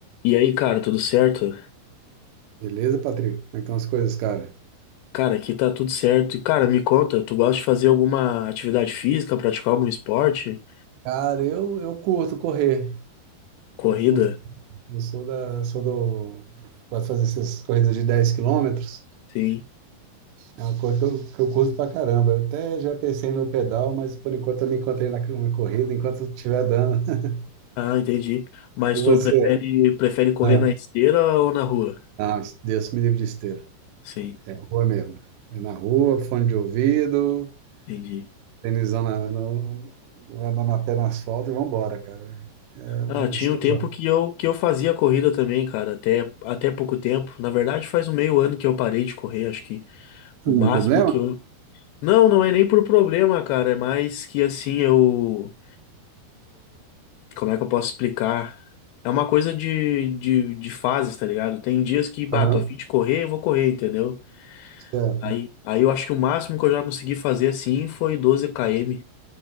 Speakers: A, on the left; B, on the right.
A: E aí, cara, tudo certo?
B: Beleza, Patrick? Como é que estão as coisas, cara?
A: Cara, aqui tá tudo certo. E, cara, me conta, tu gosta de fazer alguma atividade física, praticar algum esporte?
B: Cara, eu, eu curto correr.
A: Corrida?
B: Eu curto. Eu sou da, sou do. Gosto de fazer essas corridas de 10 quilômetros.
A: Sim.
B: É uma coisa que eu, que eu curto pra caramba. Eu até já pensei no pedal, mas por enquanto eu me encontrei na, na corrida, enquanto eu estiver dando. <laughs>
A: Ah, entendi. Mas
B: E você?
A: tu prefere, prefere correr
B: Ah,
A: na esteira ou na rua?
B: não, Deus me livre de esteira.
A: Sim,
B: É rua mesmo. É na rua, fone de ouvido,
A: entendi.
B: tênisão na, no, andando na pé no asfalto e vambora, cara. É o
A: Ah,
B: mesmo
A: tinha
B: que
A: um tempo
B: eu gosto.
A: que eu, que eu fazia corrida também, cara, até, até pouco tempo. Na verdade, faz um meio ano que eu parei de correr, acho que o
B: Algum
A: máximo
B: problema?
A: que eu. Não, não é nem por problema, cara, é mais que assim, eu. Como é que eu posso explicar? É uma coisa de, de, de fases, tá ligado? Tem dias que, bah,
B: Aham.
A: tô a fim de correr, eu vou correr, entendeu?
B: Certo,
A: Aí, aí eu acho que o máximo que eu já consegui fazer assim foi 12 km.